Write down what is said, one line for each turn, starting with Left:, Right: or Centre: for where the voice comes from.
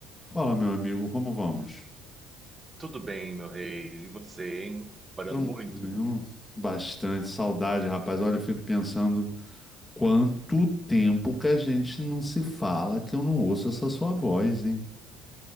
Left: Fala, meu amigo, como vamos?
Right: Tudo bem, meu rei. E você, hein? Parando
Left: Tranquilo,
Right: muito?
Left: bastante saudade, rapaz. Olha, eu fico pensando quanto tempo que a gente não se fala, que eu não ouço essa sua voz, hein?